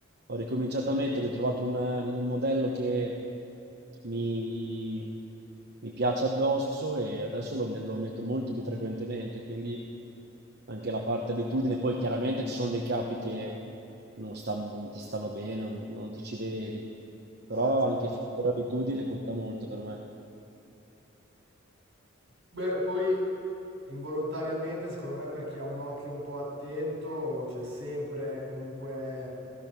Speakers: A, on the right (about 55°); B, on the right (about 70°).
A: ho ricominciato a metterli, ho trovato un, eh, un modello che mi, mi piace addosso e adesso lo, lo metto molto più frequentemente, quindi anche la parte abitudine, poi chiaramente ci sono dei capi che non, sta- non ti stanno bene, non, non ti ci vedi, però
B: Ah, certo,
A: anche fare
B: certo.
A: abitudine conta molto per me.
B: Beh, poi involontariamente, secondo me, per chi ha un occhio un po' attento, c'è sempre comunque